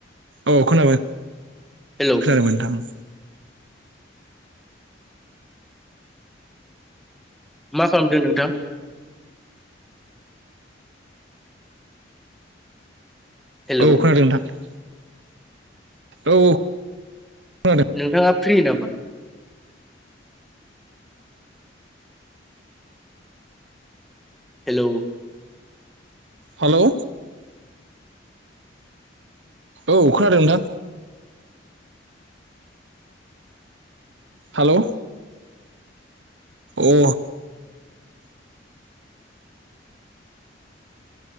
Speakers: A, on the right; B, in the centre.
A: औ खोनाबाय
B: हेलौ
A: खोनादों नोंथां औ।
B: मा खालामदो नोंथां? हेलौ
A: औ खोनादों नोंथां। औ खोनादों
B: नोंथाङा फ्रि नामा हेलौ
A: हालौ औ खोनादों ना? हालौ अ